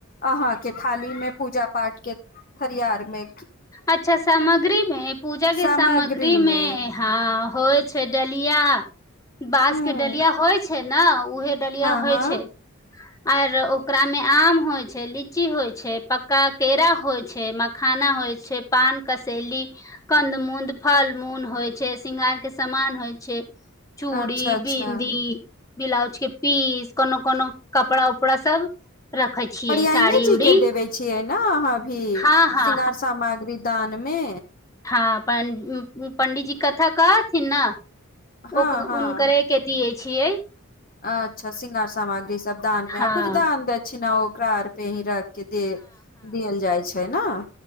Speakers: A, on the left (about 40°); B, on the left (about 15°).
A: अहाँके थालीमे पूजा पाठके थरिया आर मे
B: अच्छा सामग्री मे पूजा के
A: सामग्रीमे
B: सामग्री मे हँ होइ छै डलिया बाँस
A: हूँ
B: के डलिया होइ छै ने उहे डलिया
A: हँ
B: होइ
A: हँ
B: छै आर ओकरा मे आम होइ छै लीची होइ छै पक का केरा होइ छै मखाना होइ छै छै पान कसेली कन्द मूद फल मून होइ छै सिृंगार के समान होइ छै चूड़ी
A: अच्छा अच्छा
B: विन्दी ब्लाउज के पीस कोनो कोनो कपड़ा उपड़ा सब रखे छियै
A: पिरियाने
B: साड़ी
A: जी
B: उड़ी
A: के देवे छियै ने अहाँ अभी
B: हँ हँ
A: शृंगार सामान अग्री दानमे
B: हाफ पं पंडीजी कथा कहथ कैना
A: हँ
B: अ ओ
A: हँ
B: उनकरे के दियै छियै
A: अच्छा शृङंगार समाग्री सब दानमे
B: हँ
A: कुछ दान दक्षिणा ओ कार पे ही रख के दे दियल जाइ छैय ना